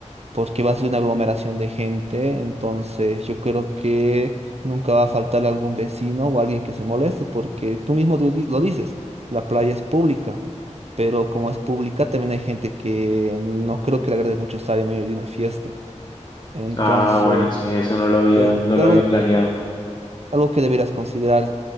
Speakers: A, on the right; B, on the left.
A: porque va a ser una aglomeración de gente, entonces yo creo que nunca va a faltar algún vecino o alguien que se moleste, porque tú mismo lo di- lo dices, la playa es pública, pero como es pública también hay gente que no creo que le agrade mucho estar en medio de una fiesta. Entonces,
B: Ah, bueno, sí, eso no lo había,
A: es
B: no lo
A: algo
B: había planeado.
A: algo que deberás considerar.